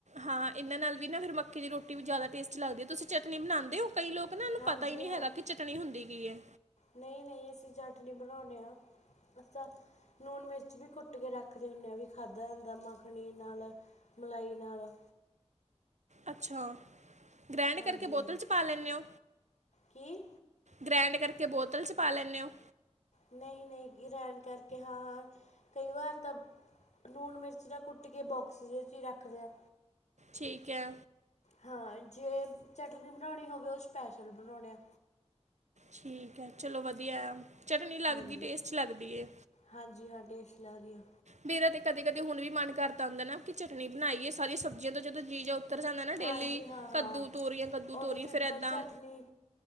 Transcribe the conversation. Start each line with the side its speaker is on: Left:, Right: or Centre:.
Right: ਹਾਂ ਇਹਨਾਂ ਨਾਲ ਵੀ ਨਾ ਫਿਰ ਮੱਕੀ ਦੀ ਰੋਟੀ ਵੀ ਜ਼ਿਆਦਾ ਟੇਸਟੀ ਲੱਗਦੀ ਹੈ ਤੁਸੀਂ ਚਟਨੀ ਬਣਾਉਂਦੇ ਹੋ ਕਈ ਲੋਕ ਨਾ ਇਹਨੂੰ
Left: ਹਾਂਜੀ
Right: ਪਤਾ ਹੀ ਨਹੀਂ
Left: ਹਾਂ
Right: ਹੈਗਾ ਕਿ ਚਟਨੀ ਹੁੰਦੀ ਕੀ ਏ।
Left: ਨਹੀਂ- ਨਹੀਂ ਅਸੀਂ ਚਟਨੀ ਬਣਾਉਣੇ ਆ ਅਸੀਂ ਤਾਂ ਨੂਨ ਮਿਰਚ ਵੀ ਘੁੱਟ ਕੇ ਰੱਖਦੇ ਹੁੰਨੇ ਆ ਵੀ ਖਾਧਾ ਜਾਂਦਾ ਮਖਣੀ ਨਾਲ। ਮਲਾਈ ਨਾਲ।
Right: ਅੱਛਾ, ਗ੍ਰੈਂਡ
Left: ਹਾਂਜੀ
Right: ਕਰਕੇ ਬੋਤਲ
Left: ਹਾਂ
Right: 'ਚ ਪਾ ਲੈਂਨੇ ਹੋ?
Left: ਕੀ
Right: ਗ੍ਰੈਂਡ ਕਰਕੇ ਬੋਤਲ 'ਚ ਪਾ ਲੈਂਨੇ ਹੋ?
Left: ਨਹੀਂ ਨਹੀਂ ਗਰੈਂਡ ਕਰਕੇ ਹਾਂ ਹਾਂ ਕਈ ਵਾਰ ਤਾਂ- ਲੂਣ ਮਿਰਚ ਤਾਂ ਕੁੱਟ ਕੇ ਬੋਕਸ ਜੇ ਚ ਹੀ ਰੱਖਦੇ ਆ।
Right: ਠੀਕ ਐ।
Left: ਹਾਂ ਜੇ ਚਟਨੀ ਬਣਾਉਣੀ ਹੋਵੇ ਉਹ ਸਪੈਸ਼ਲ ਬਣਾਉਣੇ ਆ।
Right: ਠੀਕ ਐ, ਚਲੋ ਵਧੀਆ ਐ, ਚਟਨੀ ਲੱਗਦੀ
Left: ਹਾਂਜੀ
Right: ਟੇਸਟ ਲੱਗਦੀ ਏ।
Left: ਹਾਂਜੀ ਹਾਂ ਟੇਸਟ ਲੱਗਦੀ ਆਂ।
Right: ਮੇਰਾ ਤੇ ਕਦੇ ਕਦੇ ਹੁਣ ਵੀ ਮਨ ਕਰਦਾ ਹੁੰਦਾ ਨਾ ਕਿ ਚਟਨੀ ਬਣਾਈਏ ਸਾਰੀਆ ਸਬਜ਼ੀਆਂ ਤੋਂ ਜਦੋਂ ਜੀ ਜਾ- ਉੱਤਰ ਜਾਂਦਾ ਨਾ
Left: ਹਾਂਜੀ
Right: ਡੇਲੀ
Left: ਹਾਂ ਹਾਂ
Right: ਕੱਦੂ ਤੋਰੀਆਂ ਕੱਦੂ
Left: ਉਦੋਂ
Right: ਤੋਰੀਆਂ
Left: ਸਿੰਪਲ
Right: ਫ਼ਿਰ ਏਦਾਂ-
Left: ਚਟਨੀ